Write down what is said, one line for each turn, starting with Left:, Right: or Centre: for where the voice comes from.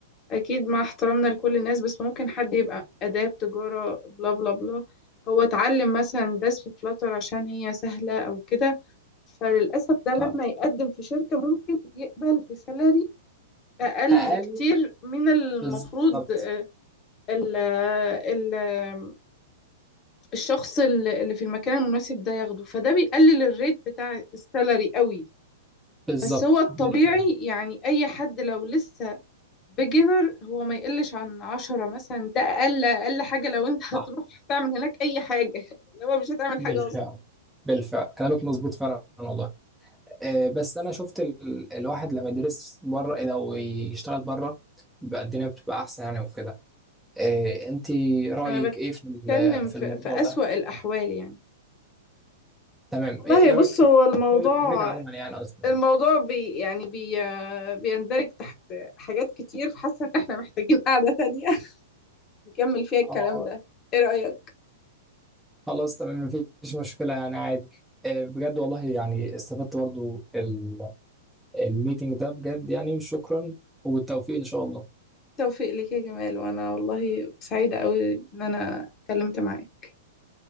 Left: اكيد مع احترامنا لكل الناس بس ممكن حد يبقى اداب تجارة بلا بلا بلا هو اتعلم مثلا داس في فلاتر عشان هي سهلة او كده فللأسف ده لما
Centre: آه،
Left: يقدم في شركة ممكن يقبل بسالري أقل
Centre: اقل
Left: بكتير من المفروض
Centre: بالظبط
Left: آه، ال آه، ال آه، الشخص ال- اللي في المكان المناسب ده ياخده فده بيقلل الريت بتاع السالري قوي
Centre: بالظبط
Left: بس هو الطبيعي
Centre: بالفعل
Left: يعني أي حد لو لسه بيجنر هو ما يقلش عن عشرة مثلا ده أقل أقل حاجة لو أنت هتروح
Centre: صح
Left: تعمل هناك أي حاجة <laughs> لو مش هتعمل
Centre: بالفعل
Left: حاجة أصلا
Centre: بالفعل كلامك مظبوط فعلا والله أه بس انا شفت ال... الواحد لما يدرس بره لو يشتغل بره بقى الدنيا بتبقى احسن يعني وكده أه انت رايك
Left: أنا بتكلم
Centre: ايه في ال- في
Left: في,
Centre: الموضوع
Left: في أسوأ
Centre: ده
Left: الأحوال يعني
Centre: تمام
Left: والله
Centre: ايه إيه
Left: بص
Centre: رايك في
Left: هو الموضوع
Centre: الشغل في امريكا عموما يعني اصلا
Left: الموضوع بي يعني بي بيندرج تحت حاجات كتير فحاسة ان احنا محتاجين قعدة تانية <laughs> نكمل فيها الكلام
Centre: اه آه،
Left: ده ايه رأيك؟
Centre: خلاص تمام مفيش مشكله يعني عادي آه، بجد والله يعني استفدت برضو ال- الميتنج ده بجد يعني شكرا والتوفيق ان شاء الله
Left: توفيق لك يا جمال وانا والله سعيدة قوي ان انا اتكلمت معاك